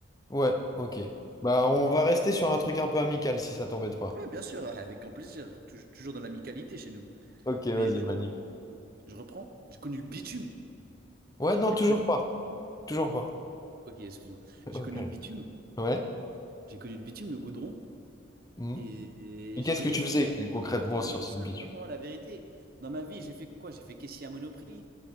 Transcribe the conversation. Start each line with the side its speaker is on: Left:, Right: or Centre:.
Left: Ouais, ok. Bah, on
Right: Donc,
Left: va rester sur un truc un peu amical si ça t'embête pas.
Right: Ouais, bien sûr, avec grand plaisir. Tou- toujours dans l'amicalité chez nous.
Left: Ok, vas-y,
Right: Mais du
Left: magnifique.
Right: coup, je reprends. J'ai connu le bitume.
Left: Ouais, non,
Right: J'ai
Left: toujours
Right: connu...
Left: pas. Toujours pas.
Right: Ok, excuse-moi. J'ai
Left: Ok.
Right: connu le bitume.
Left: Ouais.
Right: J'ai connu le bitume, le goudron.
Left: Hmm.
Right: Et
Left: Et qu'est-ce
Right: j'ai connu
Left: que tu
Right: le parterre,
Left: faisais euh, concrètement
Right: j'ai connu
Left: sur
Right: le
Left: ce
Right: sol,
Left: bitume?
Right: franchement, la vérité. Dans ma vie, j'ai fait quoi? J'ai fait caissier à Monoprix,